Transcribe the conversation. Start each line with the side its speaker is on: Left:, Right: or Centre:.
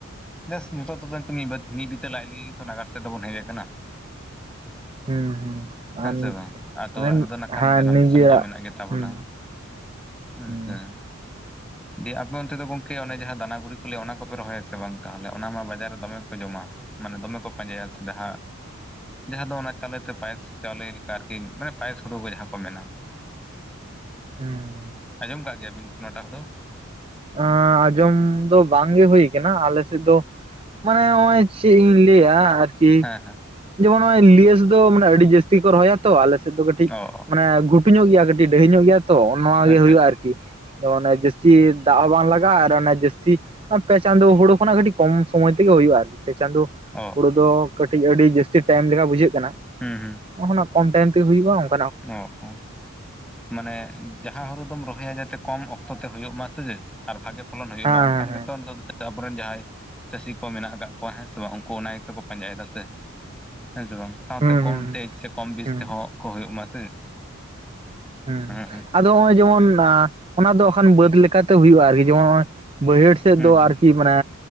Centre: ᱡᱟᱥ ᱱᱤᱛᱚᱜ ᱛᱮᱫᱚ ᱢᱤᱫ ᱵᱤᱛᱟᱹ ᱞᱟᱡᱽ ᱞᱟᱹᱜᱤᱫ ᱱᱟᱜᱟᱨ ᱛᱮᱫᱚ ᱵᱚᱱ ᱦᱮᱡ ᱟᱠᱟᱱᱟ ᱾
Right: ᱦᱩᱸ
Centre: ᱦᱮᱸ
Right: ᱟᱨ
Centre: ᱥᱮ ᱵᱟᱝ ᱟᱛᱳ
Right: ᱢᱟᱱᱮ
Centre: ᱚᱲᱟᱜ ᱨᱮᱫᱚ ᱠᱷᱟᱱ
Right: ᱦᱮᱸ
Centre: ᱡᱟᱱᱟᱢ
Right: ᱱᱤᱡᱮᱨᱟᱜ
Centre: ᱫᱤᱥᱚᱢ ᱫᱚ ᱢᱮᱱᱟᱜ ᱜᱮᱛᱟᱵᱚᱱᱟ
Right: ᱦᱩᱸ
Centre: ᱾ ᱦᱮᱸ
Right: ᱦᱩᱸ
Centre: ᱦᱮᱸ ᱫᱤᱭᱮ ᱟᱯᱮ ᱚᱱᱛᱮ ᱫᱚ ᱜᱚᱝᱠᱮ ᱚᱱᱮ ᱡᱟᱦᱟᱸ ᱫᱟᱱᱟ ᱜᱩᱲᱤ ᱠᱚ ᱞᱟᱹᱭᱟ ᱚᱱᱟ ᱠᱚᱯᱮ ᱨᱚᱦᱚᱭᱟᱥᱮ ᱵᱟᱝ ᱛᱟᱦᱚᱞᱮ ᱚᱱᱟ ᱢᱟ ᱵᱟᱡᱟᱨ ᱨᱮ ᱫᱚᱢᱮ ᱠᱚ ᱡᱚᱢᱟ ᱢᱟᱱᱮ ᱫᱚᱢᱮ ᱠᱚ ᱯᱟᱸᱡᱟᱭᱟ ᱥᱮ ᱡᱟᱦᱟᱸ ᱡᱟᱦᱟᱸ ᱫᱚ ᱚᱱᱟ ᱪᱟᱣᱞᱮᱛᱮ ᱯᱟᱭᱮᱥ ᱪᱟᱣᱞᱮ ᱞᱮᱠᱟ ᱟᱨᱠᱤ ᱢᱟᱱᱮ ᱯᱟᱭᱮᱥ ᱦᱩᱲᱩ ᱠᱚ ᱡᱟᱦᱟᱸ ᱠᱚ ᱢᱮᱱᱟ ᱾
Right: ᱦᱮᱸ
Centre: ᱟᱸᱡᱚᱢ ᱫᱟᱜ ᱜᱮᱭᱟ ᱵᱤᱱ ᱱᱚᱣᱟ ᱴᱟᱜ ᱦᱩᱲᱳ
Right: ᱟᱸᱻ ᱟᱸᱡᱚᱢ ᱫᱚ ᱵᱟᱝᱜᱮ ᱦᱩᱭ ᱠᱟᱱᱟ ᱟᱞᱮ ᱥᱮᱫ ᱫᱚ ᱢᱟᱱᱮ ᱱᱚᱜᱼᱚᱭ ᱪᱮᱫ ᱤᱧ ᱞᱟᱹᱭᱟ ᱟᱨᱠᱤ
Centre: ᱦᱮᱸ ᱦᱮᱸ
Right: ᱡᱮᱢᱚᱱ ᱱᱚᱜᱼᱚᱭ ᱞᱤᱭᱮᱥ ᱫᱚ ᱢᱟᱱᱮ ᱟᱹᱰᱤ ᱡᱟᱹᱥ ᱥᱤ ᱠᱚ ᱨᱚᱦᱚᱭᱟ ᱛᱚ ᱟᱞᱮ ᱥᱮᱫ ᱫᱚ ᱠᱟᱹᱴᱤᱡ
Centre: ᱚ ᱚ
Right: ᱢᱟᱱᱮ ᱜᱷᱩᱴᱩ ᱧᱚᱜ ᱜᱮᱭᱟ ᱠᱟᱹᱴᱤᱡ ᱰᱟᱹᱦᱤ ᱧᱚᱜ ᱜᱮᱭᱟ ᱛᱚ ᱚᱱᱚᱣᱟ
Centre: ᱟᱪᱪᱷᱟ
Right: ᱜᱮ ᱦᱩᱭᱩᱜᱼᱟ
Centre: ᱟᱪᱪᱷᱟ
Right: ᱟᱨᱠᱤ ᱛᱚ ᱚᱱᱮ ᱡᱟᱹᱥᱛᱤ ᱫᱟᱜ ᱦᱚᱸ ᱵᱟᱝ ᱞᱟᱜᱟᱜᱼᱟ ᱟᱨ ᱚᱱᱮ ᱡᱟᱹᱥᱛᱤ ᱟᱨ ᱯᱮ ᱪᱟᱸᱫᱳ ᱦᱳᱲᱳ ᱠᱷᱚᱱᱟᱜ ᱠᱟᱹᱴᱤᱡ ᱠᱚᱢ ᱥᱚᱢᱚᱭ ᱛᱮᱜᱮ ᱦᱩᱭᱩᱜᱼᱟ ᱟᱨᱠᱤ ᱯᱮ ᱪᱟᱸᱫᱳ
Centre: ᱚᱜ
Right: ᱦᱩᱲᱩ ᱫᱚ ᱠᱟᱹᱴᱤᱡ ᱟᱹᱰᱤ ᱡᱟᱹᱥᱛᱤ ᱴᱮᱢ ᱞᱮᱠᱟ ᱵᱩᱡᱷᱟᱹᱜ ᱠᱟᱱᱟ
Centre: ᱦᱩᱸ ᱦᱩᱸ
Right: ᱚᱦᱚᱱᱟ ᱠᱚᱢ ᱴᱟᱭᱤᱢ ᱛᱮ ᱦᱩᱭᱩᱜᱼᱟ ᱚᱝ
Centre: ᱚ ᱦᱚᱸ ᱢᱟᱱᱮ ᱡᱟᱦᱟᱸ ᱦᱩᱲᱩ ᱫᱚᱢ ᱨᱚᱦᱚᱭᱟ ᱡᱟᱛᱮ ᱠᱚᱢ ᱚᱠᱛᱚ ᱛᱮ ᱦᱳᱭᱳᱜ ᱢᱟ ᱥᱮ ᱪᱮᱫ ᱟᱨ ᱵᱷᱟᱜᱮ ᱯᱷᱚᱞᱚᱱ ᱦᱩᱭᱩᱜ
Right: ᱦᱮᱸ
Centre: ᱢᱟ ᱚᱱᱠᱟᱱ ᱜᱮᱛᱚ ᱱᱤᱛᱚᱜ ᱫᱚ ᱥᱮ ᱟᱵᱚᱨᱮᱱ ᱡᱟᱸᱦᱟᱭ ᱪᱟᱹᱥᱤ ᱠᱚ ᱢᱮᱱᱟᱜ ᱟᱠᱟᱫ ᱠᱚᱣᱟ ᱦᱮᱸ ᱥᱮ ᱵᱟᱝ ᱩᱱᱠᱩ ᱚᱱᱟ ᱜᱮᱛᱚ ᱠᱚ ᱯᱟᱸᱡᱟᱭᱮᱫᱟ ᱥᱮ ᱦᱮᱸ ᱥᱮᱵᱟᱝ ᱥᱟᱶᱛᱮ
Right: ᱦᱮᱸ
Centre: ᱠᱚᱢ
Right: ᱦᱩᱸ ᱦᱩᱸ
Centre: ᱛᱮᱡᱽ ᱥᱮ ᱠᱚᱢ ᱵᱤᱥ
Right: ᱦᱩᱸ
Centre: ᱛᱮᱦᱚᱸ ᱠᱚ ᱦᱩᱭᱩᱜ ᱢᱟ ᱥᱮ
Right: ᱦᱩᱸᱻ
Centre: ᱦᱩᱸ ᱦᱩᱸ
Right: ᱟᱫᱚ ᱛᱚ ᱦᱚᱜ ᱚᱭ ᱡᱮᱢᱚᱱ ᱱᱟ ᱚᱱᱟ ᱫᱚᱠᱷᱟᱱ ᱵᱟᱹᱫ ᱞᱮᱠᱟᱛᱮ ᱦᱩᱭᱩᱜᱼᱟ ᱟᱨᱠᱤ ᱡᱮᱢᱚ ᱱᱚᱜ-ᱚᱭ ᱵᱟᱹᱭᱦᱟᱹᱲ ᱥᱮᱫ
Centre: ᱦᱩᱸ
Right: ᱫᱚ ᱟᱨᱠᱤ ᱢᱟᱱᱮ